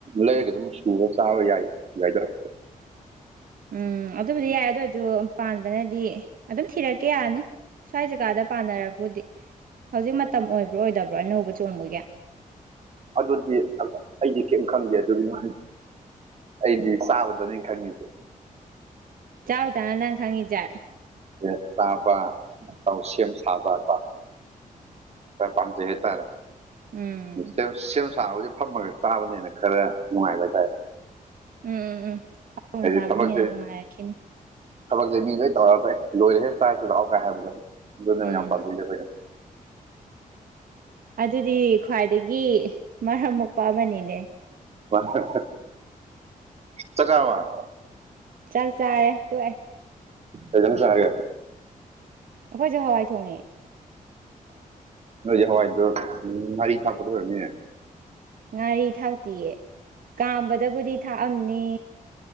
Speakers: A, on the right; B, on the right.
A: ꯂꯩꯔꯒ ꯑꯗꯨꯝ ꯁꯨꯔ ꯆꯥꯕ ꯌꯥꯏ ꯌꯥꯏꯗꯅ
B: ꯎꯝ ꯑꯗꯨꯕꯨꯗꯤ ꯌꯥꯏ ꯑꯗꯨ ꯑꯣꯏꯁꯨ ꯄꯥꯟꯕꯅꯗꯤ ꯑꯗꯨꯝ ꯊꯤꯔꯛꯀꯦ ꯌꯥꯔꯅꯤ ꯁ꯭ꯋꯥꯏ ꯖꯒꯥꯥꯗ ꯄꯥꯟꯅꯔꯕꯨꯗꯤ ꯍꯧꯖꯤꯛ ꯃꯇꯝ ꯑꯣꯏꯕ꯭ꯔꯣ ꯑꯣꯏꯗꯕ꯭ꯔꯣ ꯑꯅꯧꯕ ꯆꯣꯡꯕꯒꯤ
A: ꯑꯗꯨꯗꯤ ꯑꯩꯗꯤ ꯀꯔꯤꯝ ꯈꯪꯗꯦ ꯑꯗꯨꯒꯤ ꯑꯩꯗꯤ ꯆꯥꯕꯗꯅꯤ ꯈꯪꯉꯤꯁꯤ
B: ꯆꯥꯕ ꯇꯥꯅ ꯅꯪ ꯈꯪꯉꯤꯁꯦ
A: ꯌꯦꯟ ꯇꯥꯕ ꯇꯥꯎ ꯁꯦꯝ ꯁꯥꯕ ꯄꯥꯛ ꯈꯔꯥ ꯄꯥꯝꯖꯩ ꯍꯥꯏꯇ꯭ꯥꯔꯦ
B: ꯎꯝ
A: <unintelligible> ꯁꯦꯝ ꯁꯥꯕꯨꯗꯤ ꯐꯝꯃꯒ ꯆꯥꯕꯅꯦꯅ ꯈꯔ ꯅꯨꯡꯉꯥꯏꯕ ꯍꯥꯏꯇꯥ꯭ꯔꯦ
B: ꯎꯝ ꯎꯝ ꯎꯝ ꯊꯕꯛꯅ
A: ꯍꯥꯏꯗꯤ
B: ꯆꯥꯕꯅ
A: ꯊꯕꯛꯁꯦ
B: ꯍꯦꯟꯅ ꯅꯨꯡꯉꯥꯏꯔꯛꯈꯤꯅꯤ
A: ꯊꯕꯛꯁꯦ ꯃꯤ ꯂꯣꯏ ꯇꯧꯔ ꯑꯩꯈꫭꯏ ꯂꯣꯏꯔꯦꯍꯦ ꯆꯥꯔꯁꯦ ꯂꯥꯛꯑꯣ ꯀꯥꯏ ꯍꯥꯏꯕꯗꯣ ꯑꯗꯨꯅꯦ
B: ꯎꯝ
A: ꯃꯌꯥꯝ ꯄꯥꯝꯖꯩꯁꯦ ꯑꯩꯈꯣꯏꯅ
B: ꯑꯗꯨꯗꯤ ꯈ꯭ꯋꯥꯏꯗꯒꯤ ꯃꯔꯝ ꯃꫭꯛꯄ ꯑꯃꯅꯤꯅꯦ
A: ꯆꯥꯛ ꯆꯥꯔꯕꫭ
B: ꯆꯥꯛ ꯆꯥꯔꯦ ꯇꯣꯛꯑꯦ
A: ꯀꯩ ꯏꯟꯁꯥꯡ ꯆꯥꯒꯦ
B: ꯑꯩꯈꯣꯏꯁꯨ ꯍꯋꯥꯏ ꯊꯣꯡꯉꯦ
A: ꯅꯣꯏꯁꯦ ꯍꯋꯥꯏꯗꯣ ꯉꯥꯔꯤ ꯊꯥꯛꯄꯗꯨ ꯑꫭꯏꯔꯝꯅꯤꯅꯦ
B: ꯉꯥꯔꯤ ꯊꯥꯛꯇꯤꯌꯦ ꯀꯥꯝꯕꯗꯕꯨꯗꯤ ꯊꯥꯛꯑꯝꯅꯤ